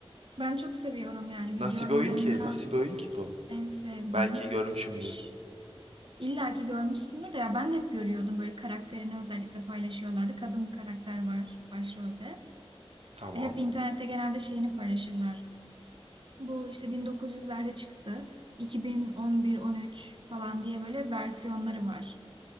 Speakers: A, on the right (about 55°); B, on the right (about 80°).
A: Ben çok seviyorum yani
B: Nasıl
A: video oyunlarından
B: bir oyun ki? Nasıl bir oyun ki bu?
A: en sevdiğim.
B: Belki görmüşümdür.
A: Ş- İlla ki görmüşsündür de ya ben de hep görüyordum böyle karakterini özellikle paylaşıyorlardı. Kadın bir karakter var başrolde.
B: Tamam.
A: Hep internette genelde şeyini paylaşırlar. Bu işte 1900'lerde çıktı. 2011-13 falan diye böyle versiyonları var.